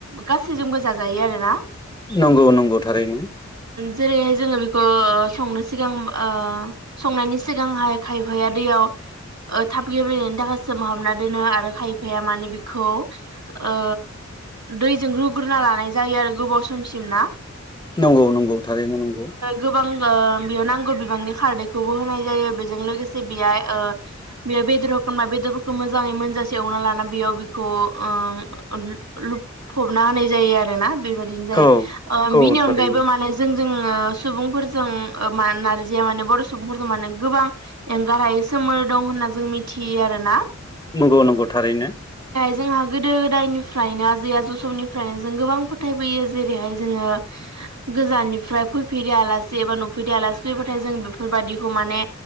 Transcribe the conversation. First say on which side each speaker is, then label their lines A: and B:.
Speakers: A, on the right; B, on the left.
A: गासैजोंबो जाजायो आरो ना ।
B: नंगौ नंगौ थारैनो
A: जेरैहाय जोङो बेखौ ओ संनो सिगां ओ संनायनि सिगांहाय खायफाया दैयाव ओ थाब गेब्लेनायनि थाखाय सोमहाबना दोनो आरो खायफाया माने बिखौ ओ दैजों रुग्रोना लानाय जायो आरो गोबाव समसिम ना ।
B: नंगौ नंगौ थारैनो नंगौ
A: गोबां ओ बेयाव नांगौ बिबांनि खारदैखौबो होनाय जायो बेजों लोगोसे बेयाय ओ बेयो बेदराव होमब्ला बेदरफोरखौ मोजाङै मोनजासे एवना ला बेयाव बेखौ ओ लो लुफुबना ना होनाय जायो आरो ना बेबायदिनो जायो
B: औ
A: । ओ
B: औ
A: बिनि
B: थारैनो
A: अनगायैबो माने जोंजों ओ सुबुंफोर जों मा नारजिया माने बर' सुबुंफोरखो माने गोबां एंगार हायै सोमोन्दो दं होनना जों मिथि थियो आरो ना ।
B: नंगौ नंगौ थारैनो ।
A: जोंहा गोदो गोदायनिफ्रायनो आजै आजौ समनिफ्रायनो जों गोबां फोथायबोयो जेरैहाय जोङो गोजाननिफ्राय फैफेरै आलासि जेबो नुफैदै आलासि फैबाथाय जों बेफोरबायदिखौ माने